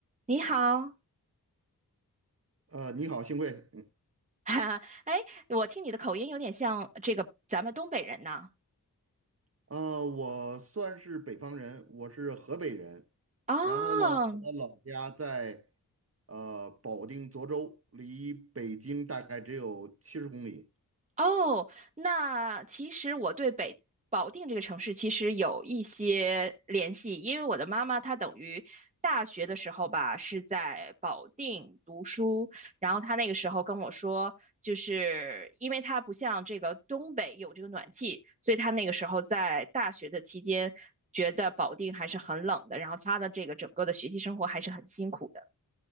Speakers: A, on the right; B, on the right.
A: 你好，
B: 呃，你好，幸会。嗯，
A: <laughs> 哈哈，哎，我听你的口音有点像这个咱们东北人呐。
B: 啊、我算是北方人，我是河北人。
A: 哦，
B: 然后呢，我的老家在呃保定涿州，离北京大概只有七十公里。
A: 哦，那其实我对北保定这个城市其实有一些联系，因为我的妈妈她等于大学的时候吧是在保定读书，然后她那个时候跟我说，就是因为她不像这个东北有这个暖气，所以她那个时候在大学的期间觉得保定还是很冷的，然后她的这个整个的学习生活还是很辛苦的。